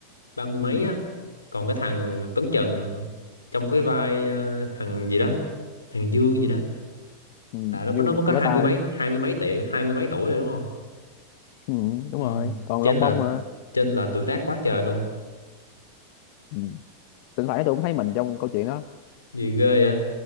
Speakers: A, on the left; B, on the left.
A: ba mươi mấy
B: ừ,
A: á còn cái thằng Tuấn Trần trong cái vai ờ, thằng gì đó thằng Dương gì đó
B: ừ, ừ,
A: là nó nó
B: Dương
A: mới có
B: gió
A: hai
B: tai
A: mươi mấy hai mươi mấy tuổi hai mươi mấy tuổi rồi đúng không
B: ừ, đúng
A: ừ.
B: rồi còn
A: trên
B: Long
A: là
B: Bông nữa
A: trên là tuổi tác quá trời luôn
B: ừ. thỉnh thoảng tôi cũng thấy mình trong câu chuyện đó
A: gì ghê vậy